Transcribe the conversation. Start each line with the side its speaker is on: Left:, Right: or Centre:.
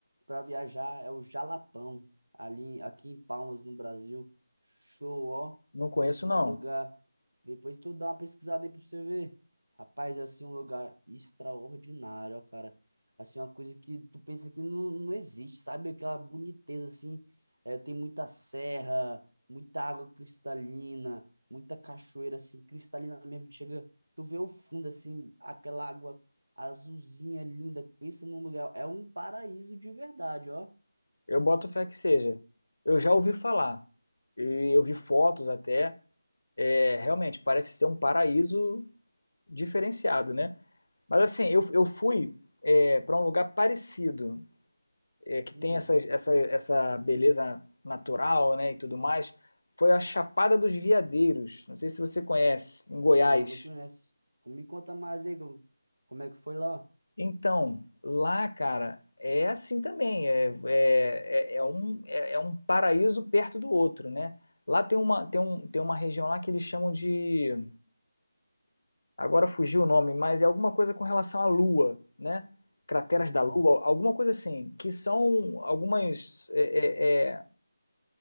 Right: para viajar, é o Jalapão, ali aqui em Palmas, no Brasil. Show, ó.
Left: Não conheço,
Right: Pensa num
Left: não.
Right: lugar. Depois tu dá uma pesquisada aí pra você ver. Rapaz, é assim um lugar extraordinário, ó, cara. Assim, uma coisa que tu pensa que não, não existe, sabe? Aquela boniteza, assim. É, tem muita serra, muita água cristalina, muita cachoeira, assim, cristalina mesmo. Chega, tu vê o fundo, assim, aquela água Azulzinha, linda. Pensa num lugar. É um paraíso de verdade, ó.
Left: Eu boto fé que seja. Eu já ouvi falar. E eu vi fotos até. é, realmente parece ser um paraíso diferenciado, né? Mas assim, eu, eu fui é, para um lugar parecido, é, que
Right: Hum.
Left: tem essa, essa, essa beleza natural, né, e tudo mais. Foi a Chapada dos Veadeiros. Não sei se você conhece, em Goiás.
Right: Não, não conheço. Me conta mais aí como como é que foi lá.
Left: Então, lá, cara, é assim também. É, é, é, é um, é, é um paraíso perto do outro, né? Lá tem uma, tem um, tem uma região lá que eles chamam de Agora fugiu o nome, mas é alguma coisa com relação à Lua, né? Crateras
Right: Hum.
Left: da Lua, alguma coisa assim, que são algumas. É, é, é